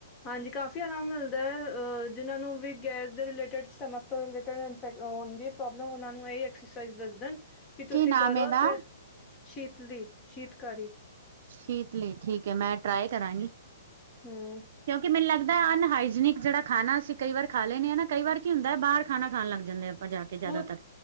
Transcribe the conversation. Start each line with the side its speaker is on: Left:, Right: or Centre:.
Left: ਹਾਂਜੀ ਕਾਫੀ, ਆਰਾਮ ਮਿਲਦਾ ਅ ਜਿਨਾਂ ਨੂੰ ਵੀ ਗੈਸ ਦੇ ਰਿਲੇਟਡ, ਸਟਮਕ ਤੋਂ ਰਿਲੇਟਡ ਇੰਟਸਾ ਇਕ ਹੁੰਦੀ ਪ੍ਰੋਬਲਮ, ਓਨਾਂ ਨੂੰ ਏਈ ਐਕਸਰਸਾਈਜ਼ ਦੱਸਦੇ ਨ। ਵੀ
Right: ਕੀ
Left: ਤੁਸੀਂ
Right: ਨਾਮ
Left: ਕਰੋ
Right: ਇਹਦਾ
Left: ਤੇ, ਸ਼ੀਤਲੀ, ਸ਼ੀਤਕਾਰੀ
Right: ਸ਼ੀਤਲੀ, ਠੀਕ ਐ। ਮੈਂ ਟਰਾਈ ਕਰਾਂਗੀ।
Left: ਹਮ।
Right: ਕਿਉਂਕਿ ਮੈਨੂੰ ਲੱਗਦਾ, ਅਨ ਹਾਈਜੀਨਿਕ ਜੇਹੜਾ ਖਾਨਾ ਅਸੀਂ ਕਈ ਵਾਰ ਖਾ ਲੈੰਨੇ ਆ ਨਾ, ਕਈ ਵਾਰ ਕਿ ਹੁੰਦਾ ਬਾਰ ਖਾਨਾ ਖਾਣ ਲੱਗ ਜਾਂਨੇ ਆਂ, ਆਪਾਂ ਜਾ ਕੇ ਜ਼ਿਆਦਾਤਰ
Left: ਓ,